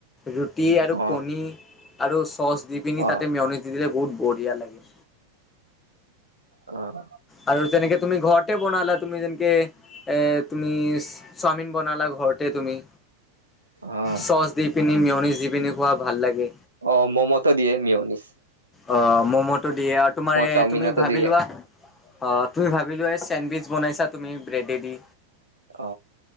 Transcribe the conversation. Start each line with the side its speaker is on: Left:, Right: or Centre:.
Left: ৰুটি
Right: অ
Left: আৰু কণী আৰু চচ দি পিনি
Right: অ
Left: তাতে মেয়নিজ দি দিলে বহুত বঢ়িয়া লাগে।
Right: অহ
Left: আৰু তেনেকে তুমি ঘৰতে বনালা তুমি যেনকে, এ তুমি চাওমিন বনালা ঘৰতে তুমি।
Right: অ
Left: চচ দি পিনি মিয়নিছ দি পিনি খোৱা ভাল লাগে।
Right: অ মোমতো দিয়ে মিউনিছ।
Left: অ ম'ম'টো দিয়ে এ আৰু তোমাৰ এই
Right: চাওমিনতো
Left: তুমি ভাবি
Right: দিয়ে
Left: লোৱা। অ তুমি ভাবি লোৱা এই চেণ্ডফিচ বনাইছা তুমি ব্ৰেডেদি।
Right: অ।